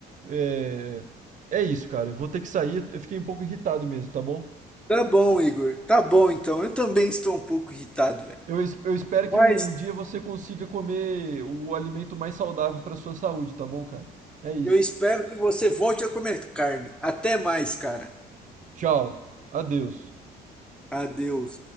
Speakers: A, on the right; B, in the centre.
A: é, é isso, cara. Eu vou ter que sair. Eu fiquei um pouco irritado mesmo, tá bom?
B: Tá bom, Igor. Tá bom, então. Eu também estou um pouco irritado, velho.
A: Eu, es- eu espero que
B: Mas
A: um dia você consiga comer o alimento mais saudável pra sua saúde, tá bom, cara? É isso.
B: eu espero que você volte a comer carne. Até mais, cara.
A: Tchau. Adeus.
B: Adeus.